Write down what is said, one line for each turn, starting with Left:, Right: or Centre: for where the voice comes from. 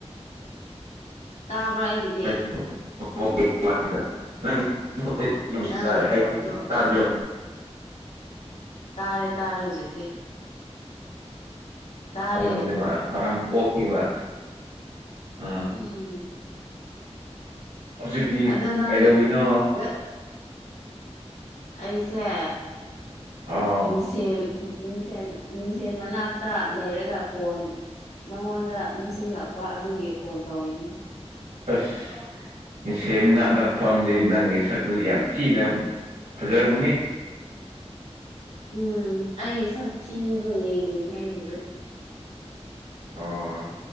Left: ꯇꯥꯕ꯭ꯔꯥ ꯑꯩꯒꯤꯗꯤ
Right: <unintelligible>
Left: ꯅꯪ ꯅꯈꯣꯟꯗꯣ
Right: ꯇꯥꯗ꯭ꯔꯣ
Left: ꯇꯥꯔꯦ ꯇꯥꯔꯦ ꯍꯧꯖꯤꯛꯇꯤ ꯇꯥꯔꯦ
Right: ꯑꯗꯨ ꯎꯗꯕ ꯃꯔꯝ ꯑꯣꯏꯕ ꯑ
Left: ꯎꯝ
Right: ꯍꯧꯖꯤꯛꯇꯤ
Left: ꯑꯗꯣ ꯅꯪ
Right: ꯀꯩꯗꯧꯋꯤꯅꯣ
Left: ꯉꯠ ꯑꯩꯁꯦ
Right: ꯑꯥꯎ
Left: ꯃꯤꯡꯁꯦꯟ ꯃꯤꯡꯁꯦꯟ ꯃꯤꯡꯁꯦꯟ ꯃꯅꯥꯛꯇ ꯂꯩꯔꯒ ꯐꯣꯟ ꯅꯉꯣꯟꯗ ꯅꯤꯡꯁꯤꯡꯂꯛꯄ ꯑꯗꯨꯒꯤ ꯐꯣꯟ ꯇꯧꯔꯤꯅꯤ
Right: ꯑꯁ ꯃꯤꯁꯦꯟ ꯃꯅꯥꯛꯇ ꯐꯝꯗꯤ ꯅꯪꯒꯤ ꯁꯛꯇꯨ ꯌꯥꯝ ꯊꯤꯅ ꯐꯖꯔꯒꯝꯅꯤ
Left: ꯎꯝ ꯑꯩ ꯁꯛꯊꯤꯗꯣ ꯌꯦꯡꯗꯅꯦ ꯑꯩ ꯍꯧꯖꯤꯛ
Right: ꯑꯣ